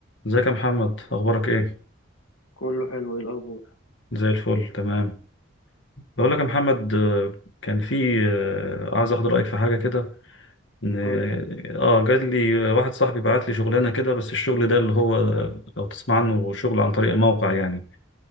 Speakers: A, on the left (about 65°); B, on the left (about 85°).
A: ازيك يا محمد اخبارك ايه
B: كله حلو ايه الاخبار
A: زي الفل تمام بقول لك يا محمد آه، كان في آه، عايز اخد رايك في حاجه كده ان
B: قول
A: اه جات لي آه، واحد صاحبي بعت لي شغلانه كده بس الشغل ده اللي هو آه، لو تسمع عنه شغل عن طريق موقع يعني